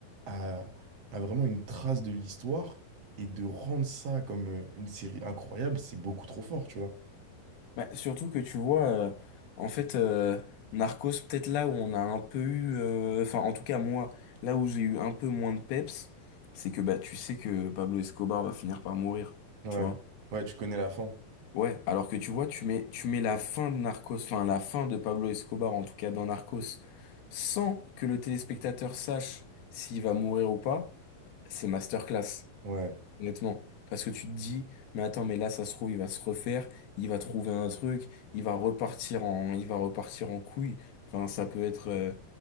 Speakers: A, on the right (about 50°); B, on the left (about 85°).
A: à, à vraiment une trace de l'histoire et de rendre ça comme euh, une série incroyable, c'est beaucoup trop fort, tu vois.
B: Bah, surtout que tu vois, euh, en fait, euh, Narcos, peut-être là où on a un peu eu, euh, enfin en tout cas moi, là où j'ai eu un peu moins de peps, c'est que bah tu sais que Pablo Escobar va finir par mourir,
A: Ouais,
B: tu vois.
A: ouais, tu connais la fin.
B: Ouais, alors que tu vois, tu mets, tu mets la fin de Narcos, enfin la fin de Pablo Escobar en tout cas dans Narcos, sans que le téléspectateur sache s'il va mourir ou pas, c'est masterclass.
A: Ouais,
B: Honnêtement. Parce que tu te dis, mais attends, mais là, ça se trouve, il va se refaire, il va trouver un truc, il va repartir en, il va repartir en couille. Enfin, ça peut être, euh,